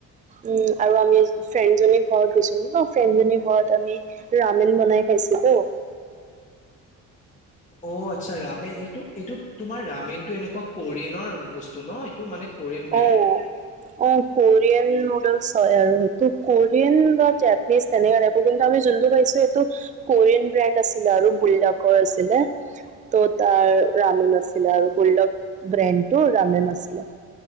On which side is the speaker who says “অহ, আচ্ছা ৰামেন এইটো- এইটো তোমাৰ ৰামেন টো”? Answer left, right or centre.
Left